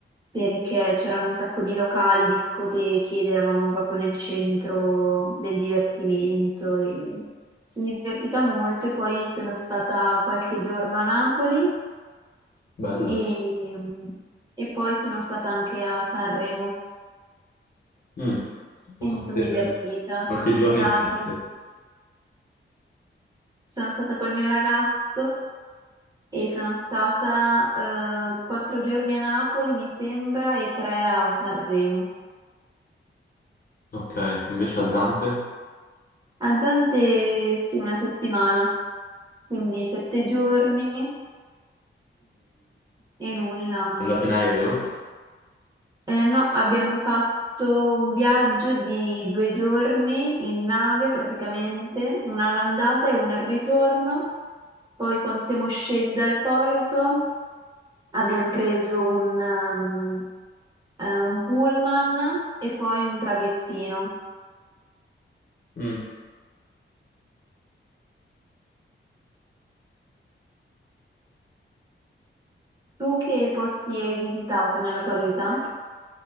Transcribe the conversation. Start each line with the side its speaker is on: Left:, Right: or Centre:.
Right: perché c'erano un sacco di locali, discoteche ed eravamo proprio nel centro del divertimento e sono divertita molto e poi sono stata qualche giorno a Napoli
Left: Bella.
Right: e, e poi sono stata anche a Sanremo
Left: Mm,
Right: e
Left: E quante-
Right: mi sono divertita. Sono
Left: quanti giorni
Right: stata,
Left: hai fatto?
Right: col- sono stata col mio ragazzo. E sono stata eh, quattro giorni a Napoli, mi sembra, e tre a Sanremo.
Left: ok, invece a Zante?
Right: A Dante, sì, una settimana, quindi sette giorni e, e nulla.
Left: È andata in aereo?
Right: Eh, no, abbiamo fatto un viaggio di due giorni in nave praticamente, una all'andata e una al ritorno. Poi quando siamo scesi dal porto abbiamo preso un, um, eh, un pullman e poi un traghettino.
Left: Mm.
Right: Tu che posti hai visitato nella tua vita?